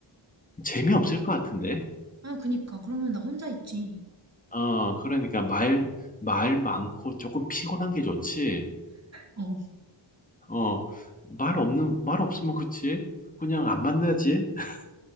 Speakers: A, on the left; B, on the right.
A: 재미없을 것 같은데?
B: 아, 그니까. 그러면 나 혼자 있지.
A: 어, 그러니까 말, 말 많고 조금 피곤한 게 좋지.
B: 어,
A: 어, 말 없는, 말 없으면 그치. 그냥 안 만나지. <laughs>